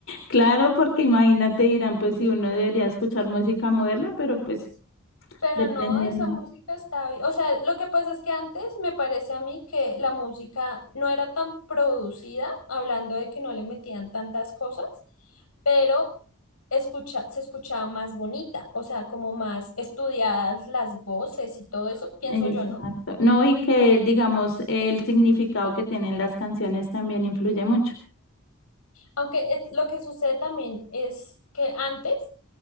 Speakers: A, on the left; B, on the left.
A: Claro, porque imagínate, dirán, pues si uno debería escuchar música moderna, pero pues
B: Pero
A: dependiendo.
B: no, esa música está bien. O sea, lo que pasa es que antes me parece a mí que la música no era tan producida, hablando de que no le metían tantas cosas, pero escucha, se escuchaba más bonita, o sea, como más estudiadas las voces y todo eso, pienso
A: Exacto.
B: yo, ¿no?
A: No, y que digamos el significado que tienen las canciones también influye mucho.
B: Aunque es- lo que sucede también es que antes